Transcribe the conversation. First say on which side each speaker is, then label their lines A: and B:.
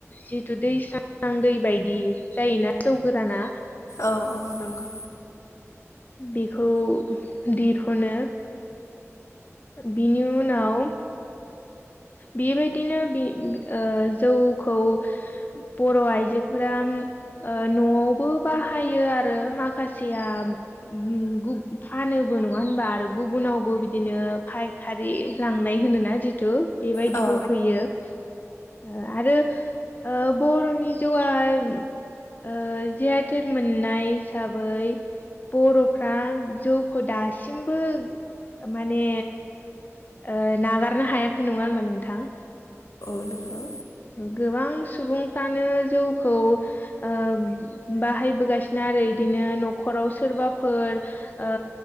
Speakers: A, on the left; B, on the left.
A: जितु दैस्रां दै बायदि जायोना जौ गोराना?
B: औ औ नंगौ।
A: बेखौ दिरहुनो। बिनि उनाव बेबायदिनो बि ओ जौखौ बर' आइजोफोरा ओ न'आवबो बाहायो आरो माखासेया उम गुब फानोबो नङा होनबा आरो गुबुनावबो बिदिनो फाय खारि लांनाय होनोना जिथु बेबायदिबो
B: औ औ
A: हैयो। ओ आरो ओ बर'नि जौआन ओ जि आइ टेन मोननाय हिसाबै बर'फ्रा जौखौ दासिमबो माने ओ नागारनो हायाखै नङा होनबा नोंथां
B: नोंगौ
A: गोबां सुबुंफ्रानो जौखौ ओ बाहायबोगासिनो आरो इदिनो न'खराव सोरबाफोर ओ